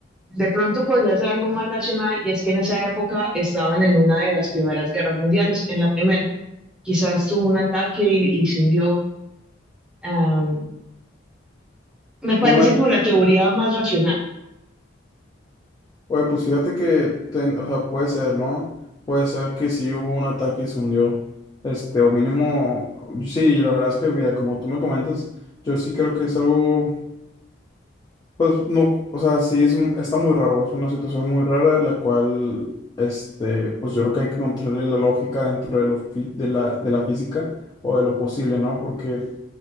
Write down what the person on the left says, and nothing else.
Una,
oye, pues fíjate que, ten- o sea, puede ser, ¿no? Puede ser que sí hubo un ataque y se hundió, este, o mínimo, sí, la verdad es que, mira, como tú me comentas, yo sí creo que es algo... Pues no, o sea, sí es, m- está muy raro, es una situación muy rara, la cual, este, pues yo creo que hay que encontrarle la lógica dentro de, lo fi- de la, de la física o de lo posible, ¿no? Porque,